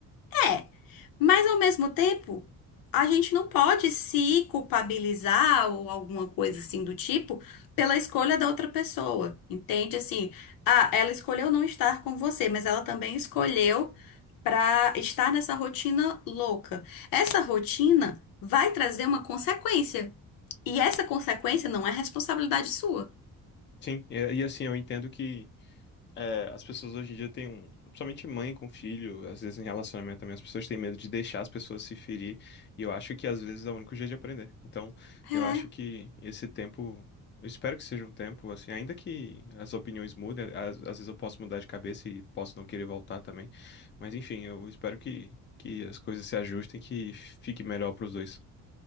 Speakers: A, on the left; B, on the left.
A: É. Mas ao mesmo tempo, a gente não pode se culpabilizar ou alguma coisa assim do tipo pela escolha da outra pessoa, entende? Assim, ah, ela escolheu não estar com você, mas ela também escolheu para estar nessa rotina louca. Essa rotina vai trazer uma consequência. E essa consequência não é responsabilidade sua.
B: Sim, e, e assim, eu entendo que é, as pessoas hoje em dia têm um. Principalmente mãe com filho, às vezes em relacionamento também, as pessoas têm medo de deixar as pessoas se ferir. E eu acho que às vezes é o único jeito de aprender. Então,
A: É.
B: eu acho que esse tempo. Eu espero que seja um tempo, assim, ainda que as opiniões mudem, às, às vezes eu posso mudar de cabeça e posso não querer voltar também. Mas enfim, eu espero que, que as coisas se ajustem, que fique melhor pros dois.